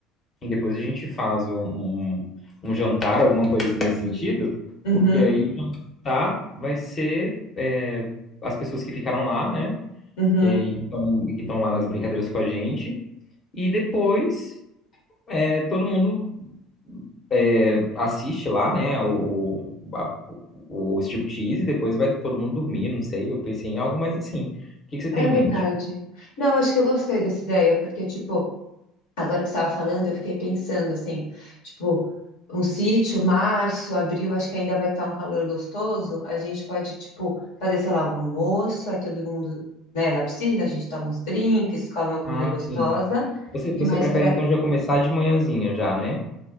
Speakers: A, on the left (about 35°); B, on the left (about 65°).
A: e depois a gente faz um, um, um jantar, alguma coisa assim nesse sentido,
B: uhum,
A: porque aí o jantar vai ser é, as pessoas que ficaram lá, né?
B: uhum.
A: é, e que estão e que estão lá nas brincadeiras com a gente. E depois é, todo mundo é, assiste lá, né? O, o, a- o, o striptease, e depois vai todo mundo dormir, não sei. Eu pensei em algo mais assim. O que que você tem
B: É
A: em
B: verdade.
A: mente?
B: Não, acho que eu gostei dessa ideia, porque, tipo, Agora que você estava falando, eu fiquei pensando assim, tipo, um sítio, março, abril, acho que ainda vai estar um calor gostoso. A gente pode, tipo, fazer, sei lá, um almoço, aí todo mundo, né, na piscina, a gente toma uns drinks, come uma comida
A: Ah,
B: gostosa
A: sim. Você, você
B: e mais
A: prefere
B: pra.
A: então já começar de manhãzinha já, né?